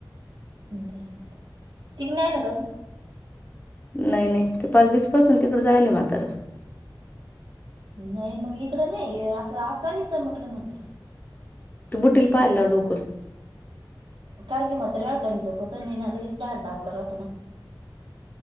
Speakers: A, on the right; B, on the left.
A: तिक नाही आल काज
B: नाही नाही ते परच दिस पासून तिकड जायल मातार
A: नाही मग इकडं नाही आता आतानी चमटलं मात्र
B: तू बुटीील पाहि ला डोकून
A: कर क मात र आ टाई झोकत नालागच बाहेर द अगडा रातो ना